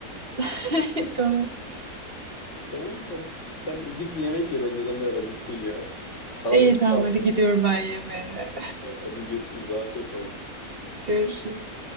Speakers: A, on the right; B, on the left.
A: <laughs> Tamam.
B: Tamam hadi. Sen git bir yemek ye bence de biraz acıktın ya. Ağzım
A: İyi tamam
B: sulandı.
A: hadi gidiyorum ben yemeğe.
B: Hadi görüşürüz. Afiyet olsun.
A: Görüşürüz.